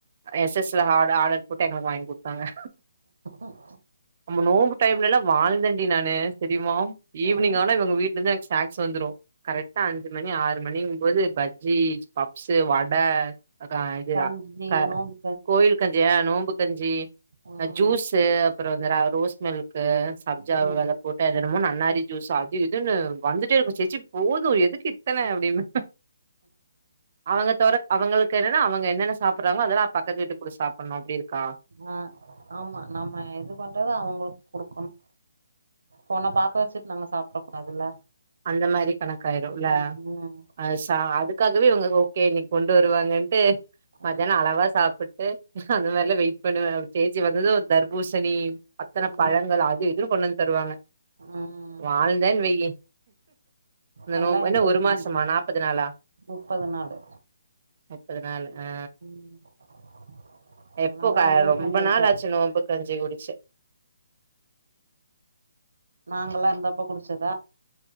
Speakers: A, on the right (about 40°); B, on the right (about 85°).
A: எஸ் எஸ் ல ஆடர் ஆர்டர் போட்டு எங்களுக்கு வாங்கி குடுத்தாங்கா
B: ம்
A: நம்பே நோம்பு டைமுலல்லா வாழ்ந்தண்டி நானு தெரியுமா ஈவினிங்
B: ம்
A: ஆனா இவுங்க வீட்லருந்தா எங் ஸ்நாக்ஸ் வந்துரு கரெக்டா அஞ்சு மணி ஆறு மணிங்கும் போது பஜ்ஜி பப்சு வட அ க இது
B: கஞ்சி
A: க
B: நோம்பு
A: கோயில் கஞ்சி அ நோம்பு கஞ்சி
B: ம்
A: ஜூஸு அப்புறோ இந்த ர இந்த ரோஸ் மில்க்கு சப்ஜா
B: ம்
A: வெத போட்டு அது என்னமோ நன்னாரி ஜூஸ் அது இது இதுன்ன வந்துட்டேருக்கு சேச்சி போது எதுக்கு இத்தன அப்டிம்பே அவங்க தொர அவங்களுக்கு என்னனா அவுங்க என்னென்ன சாப்புறாங்களோ அதெல்லா பக்கத்து வீட்டு கூட சாப்புன்னு அப்டிருக்கா
B: ஆ ஆமா நம்ம எது பண்றதோ அவுங்களுக்கு குடுக்கணும் அவன பாக்க வெச்சுட்டு நம்ம சாப்புட கூடாதுல்ல
A: அந்த மாறி கணக்காயிரும்ல
B: ம் ம்
A: அ ச அதுக்காகவே இவுங்க ஓகே இன்னைக்கி கொண்டு வருவாங்கன்ட்டு
B: ஆ
A: மத்தியானம் அளவா சாப்ட்டு அந்த மாறிலா வெயிட் பண்ணுவே செ வந்ததும் தர்பூசணி அத்தன
B: ம்
A: பழங்கள் அது இதுன்னு கொண்டு வந்து தருவாங்க
B: ம்
A: வாழ்ந்தேன் வெய்யி இந்த
B: நல்லா
A: நோம்பு
B: என்ஜாய்
A: ஒரு
B: பண்ணு
A: மாசமா நாப்பது நாளா
B: முப்பது நாளு
A: முப்பது நாளு ஆ
B: ம் அப்ப
A: எப்போ
B: நல்லா என்ஜாய்
A: ரொம்ப
B: பண்ணிருக்க
A: நாாளாச்சு நோம்பு கஞ்சி குடிச்சு
B: நாங்கல்லா இருந்தப்ப குடிச்சதா